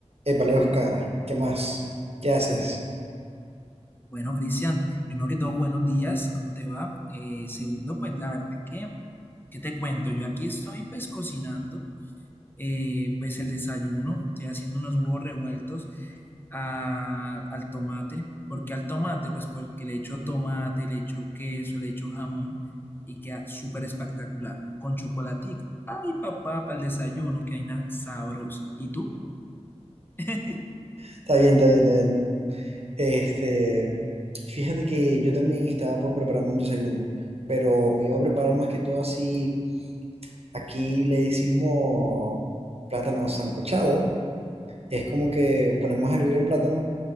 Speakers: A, on the right; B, on the left.
A: Épale, Oscar, ¿qué más? ¿Qué haces?
B: Bueno, Cristian, primero que todo, buenos días, ¿cómo te va? Eh, segundo, pues la verdad que, ¿qué te cuento? Yo aquí estoy pues cocinando, eh, pues el desayuno, estoy haciendo unos huevos revueltos a- al tomate. ¿Por qué al tomate? Pues porque le echo tomate, le echo queso, le echo jamón y queda súper espectacular, con chocolatico. Ay, papá, para el desayuno, que hay nada sabrosa. ¿Y tú? <laughs>
A: Está bien, está bien, está bien. Este, fíjate que yo también estaba por prepararme un desayuno, pero me iba a preparar más que todo así. Aquí le decimos plátano sancochado. Es como que ponemos a hervir el plátano